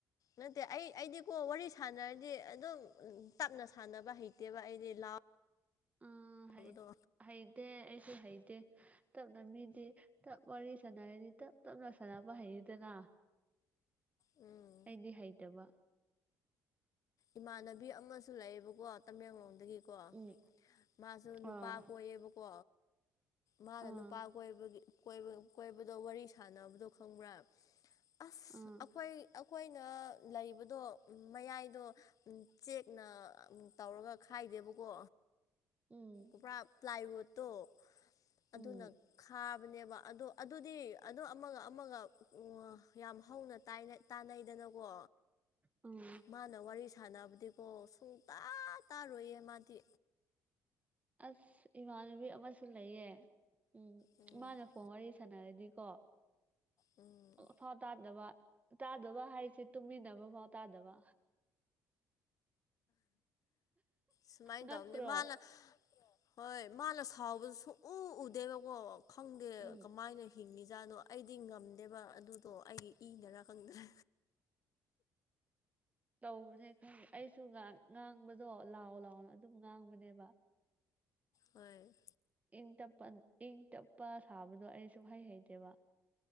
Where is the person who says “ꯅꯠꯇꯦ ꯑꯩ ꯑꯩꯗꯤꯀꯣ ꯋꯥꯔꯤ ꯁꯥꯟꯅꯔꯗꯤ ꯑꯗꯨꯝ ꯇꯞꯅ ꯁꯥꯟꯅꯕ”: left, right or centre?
Left